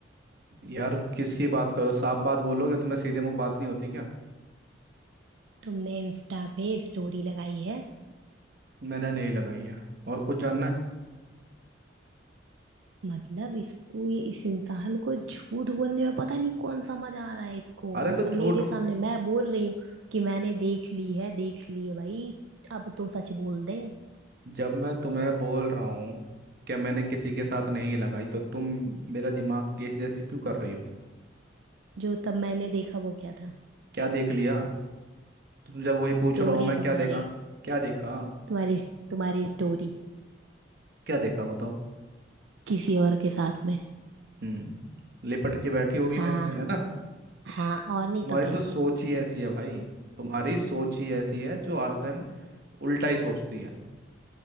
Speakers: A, on the right; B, on the right.
A: यार किसकी बात करो साफ बात बोलोगे तुम्हें सीधे मुंह बात नहीं होती क्या
B: तुमने इंस्टा पे स्टोरी लगाई है
A: मैंने नहीं लगाई है और कुछ जानना है
B: मतलब इसको इस इंसान को झूठ बोलने में पता नहीं कौन सा मजा आ रहा है इसको
A: अरे
B: मतलब
A: तो झूठ
B: मेरे
A: ब-
B: सामने मैं बोल रही हूँ कि मैंने देख ली है देख ली है भाई अब तो सच बोल दे
A: जब मैं तुम्हें बोल रहा हूँ कि मैंने किसी के साथ नहीं लगाई तो तुम मेरा दिमाग कैसी जैसी क्यों कर रही हो
B: जो तब मैंने देखा वो क्या था
A: क्या देख लिया तुम जब वही पूछ
B: स्टोरी
A: रहा हूँ मैं
B: तुम्हारी
A: क्या देखा क्या देखा
B: तुम्हारी तुम्हारी स्टोरी
A: क्या देखा बताओ
B: किसी और के साथ में
A: हम्म लिपट के बैठी होगी
B: हाँ
A: मेरे से है ना
B: हाँ और नहीं
A: तुम्हारी
B: तो क्या
A: तो सोच ही ऐसी है भाई तुम्हारी सोच ही ऐसी है जो हर टाइम उल्टा ही सोचती है